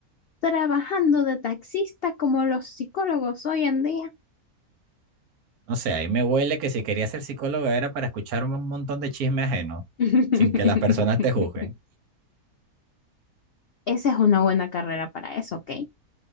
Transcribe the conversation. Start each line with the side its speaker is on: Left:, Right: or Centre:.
Left: trabajando de taxista como los psicólogos hoy en día.
Right: No sé, ahí me huele que si quería ser psicólogo era para escuchar un montón de chisme ajeno,
Left: <laughs>
Right: sin que las personas te juzguen.
Left: Esa es una buena carrera para eso, ¿ok?